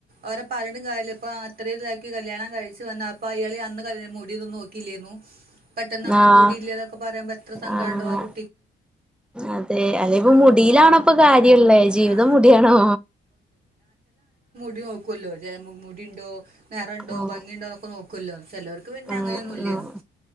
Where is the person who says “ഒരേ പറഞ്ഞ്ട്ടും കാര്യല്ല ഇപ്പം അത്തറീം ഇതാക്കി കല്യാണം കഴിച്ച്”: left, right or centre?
Right